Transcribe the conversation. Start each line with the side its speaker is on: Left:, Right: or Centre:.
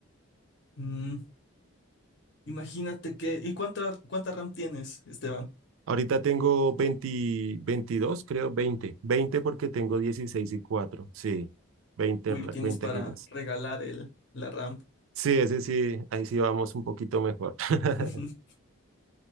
Left: Mm, imagínate que... ¿Y cuánta, cuánta RAM tienes, Esteban?
Right: Ahorita tengo 20, 22 creo, 20 20 porque tengo 16 y cuatro Sí, veinte
Left: Uy,
Right: ra-
Left: tienes
Right: 20
Left: para
Right: gigas.
Left: regalar el, la RAM.
Right: Sí, ese sí, ahí sí vamos un poquito mejor. <laughs>
Left: <laughs>